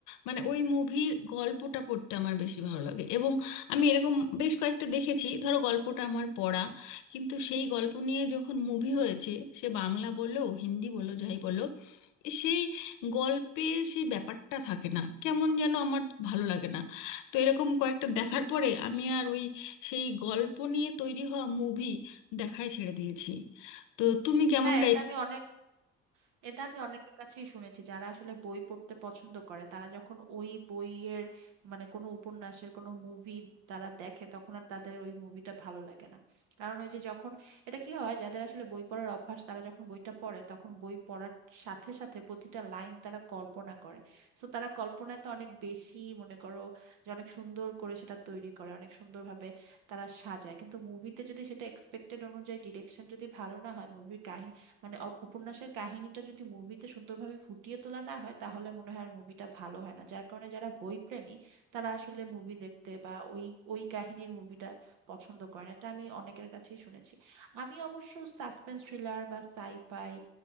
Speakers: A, on the left (about 80°); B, on the right (about 85°).
A: মানে ওই মুভির গল্পটা পড়তে আমার বেশি ভালো লাগে এবং আমি এরকম বেশ কয়েকটা দেখেছি ধরো গল্পটা আমার পড়া কিন্তু সেই গল্প নিয়ে যখন মুভি হয়েছে সে বাংলা বলো হিন্দি বলো যাই বলো সেই গল্পের সেই ব্যাপারটা থাকে না কেমন যেন আমার ভালো লাগে না তো এরকম কয়েকটা দেখার পরে আমি আর ওই সেই গল্প নিয়ে তৈরি হওয়া মুভি দেখাই ছেড়ে দিয়েছি তো তুমি কেমনটা
B: হ্যাঁ এটা আমি অনেক এটা আমি অনেকের কাছেই শুনেছি যারা আসলে বই পড়তে পছন্দ করে তারা যখন ওই বইয়ের মানে কোনো উপন্যাসের কোনো মুভি তারা দেখে তখন আর তাদের ওই মুভিটা ভালো লাগে না কারণ ওই যে যখন এটা কি হয় যাদের আসলে বই পড়ার অভ্যাস তারা যখন বইটা পড়ে তখন বই পড়ার সাথে সাথে প্রতিটা লাইন তারা কল্পনা করে তো তারা কল্পনায় তো অনেক বেশি মনে করো যে অনেক সুন্দর করে সেটা তৈরি করে অনেক সুন্দরভাবে তারা সাজায় কিন্তু মুভিতে যদি সেটা এক্সপেক্টেড অনুযায়ী ডিরেকশন যদি ভালো না হয় মুভির কাহিনী মানে অ- উপন্যাসের কাহিনীটা যদি মুভিতে সুন্দরভাবে ফুটিয়ে তোলা না হয় তাহলে মনে হয় আর মুভিটা ভালো হয় না যার কারণে যারা বই প্রেমী তারা আসলে মুভি দেখতে বা ওই ওই কাহিনীর মুভিটা পছন্দ করে না এটা আমি অনেকের কাছেই শুনেছি আমি অবশ্য সাসপেন্স থ্রিলার বা সাইফাই